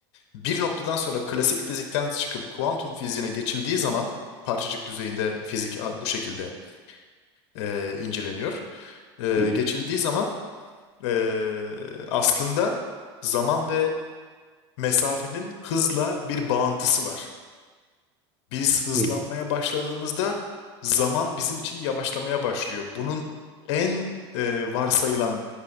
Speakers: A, on the left; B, in the centre.
A: bir noktadan sonra klasik fizikten çıkıp kuantum fiziğine geçildiği zaman parçacık düzeyinde fizik a- bu şekilde eee, inceleniyor. Eee,
B: Hı hı.
A: geçildiği zaman Ee, aslında zaman ve mesafenin hızla bir bağıntısı var. Biz hızlanmaya
B: Hı hı.
A: başladığımızda zaman bizim için yavaşlamaya başlıyor. Bunun en e, varsayılan